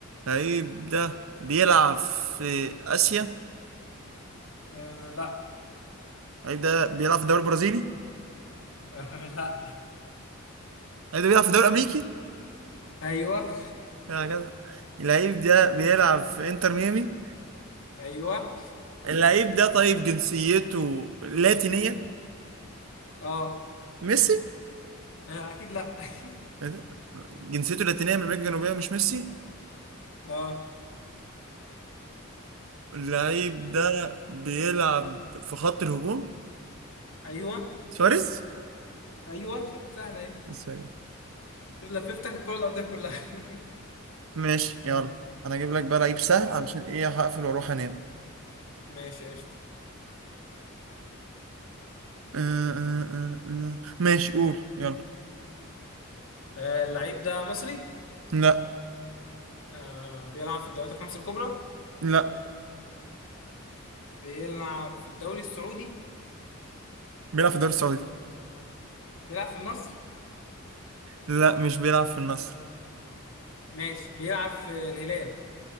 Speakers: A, on the right; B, on the left.
A: اللعيب ده بيلعب في آسيا
B: آه لا
A: اللعيب ده بيلعب في الدوري البرازيلي اللعيب
B: <laughs> آه لا
A: ده بيلعب في الدوري الأمريكي
B: ايوه
A: هكذا اللعيب ده بيلعب في انتر ميامي
B: ايوه
A: اللعيب ده طيب جنسيته لاتينية
B: اه
A: ميسي
B: آه، اكيد لا <laughs>
A: ايه ده جنسيته لاتينية من أمريكا الجنوبية مش ميسي
B: اه
A: اللعيب ده بيلعب في خط الهجوم
B: ايوه
A: سواريز
B: ايوه شفت سهله اهي
A: سواريز
B: شفت لففتك الكره الارضيه كلها <laughs>
A: ماشي يلا انا اجيب لك بقى لعيب سهل
B: ماشي يلا.
A: علشان ايه هقفل واروح انام
B: ماشي قشطة
A: أه أه أه أه. ماشي قول يلا
B: آه، اللعيب ده مصري
A: لا
B: آه، بيلعب في الدوريات الخمسة الكبرى
A: لا
B: بيلعب في الدوري السعودي
A: بيلعب في الدوري السعودي
B: بيلعب في النصر
A: لا مش بيلعب في النصر
B: ماشي بيلعب في الهلال